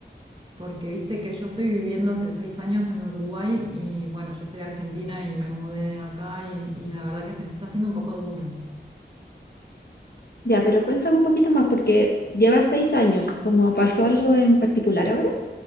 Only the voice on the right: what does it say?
porque viste que yo estoy viviendo hace seis años en Uruguay y bueno, yo soy argentina y me mudé acá y, y la verdad que se me está haciendo un poco duro.